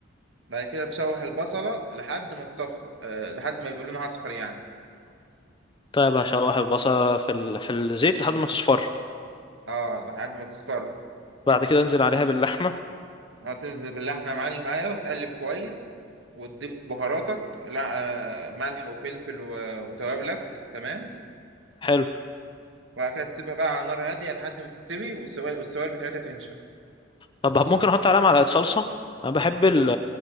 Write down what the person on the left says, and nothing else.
طيب هشوح البصله في ال... في الزيت لحد ما تصفر
بعد كده انزل عليها باللحمه
حلو
طب ممكن احط عليها معلقه صلصه انا بحب ال-